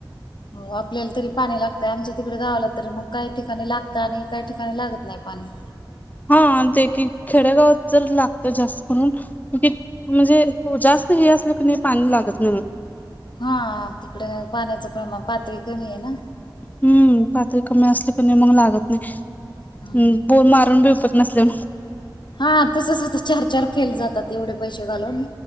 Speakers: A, on the left; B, on the left.
A: हो आपल्याला तरी पाणी लागतय आमच्या तिकडे गावाला तर मग काही ठिकाणी लागत आणि काही ठिकाणी लागत नाही पाणी.
B: हा देखी खेडेगावात जर लागत जास्त करून. <unintelligible> म्हणजे जास्त हे असलं की नाही पाणी लागत नाही मग.
A: हा तिकडे पाण्याचं प्रमाण पातळी कमी आहे ना.
B: हम्म पातळी कमी असली का नाही मग लागत नाही
A: हा
B: बोल <unintelligible> मारून बी उपत नसल्या.
A: हा तसच होत चार चार फेल जातात एवढे पैसे घालून.